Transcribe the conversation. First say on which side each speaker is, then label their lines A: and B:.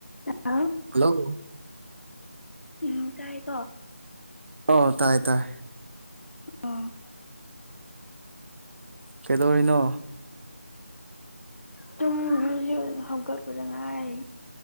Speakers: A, on the left; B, on the right.
A: Hello
B: hello
A: ꯂꯣ ꯇꯥꯏꯀꯣ
B: ꯑꯣ ꯇꯥꯏ ꯇꯥꯏ
A: ꯑꯣ
B: ꯀꯩꯗꯧꯔꯤꯅꯣ
A: ꯇꯨꯡꯃꯤꯅꯦ ꯍꯧꯖꯤꯛ ꯍꯧꯒꯠꯄꯗ ꯉꯥꯏꯔꯤ